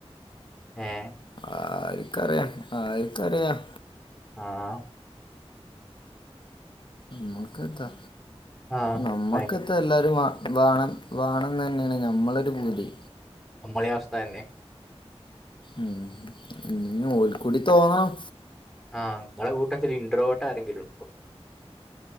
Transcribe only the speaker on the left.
ആരിക്കറിയാം ആരിക്കറിയാം
മഴക്കതാ
നമ്മക്ക
ഇത്തെ എല്ലാരും വാണം വേണം തന്നെയാണ് ഞമ്മളൊരു പൂതി
ഉം ഇനി ഓൽക്കൂടി തോന്നാം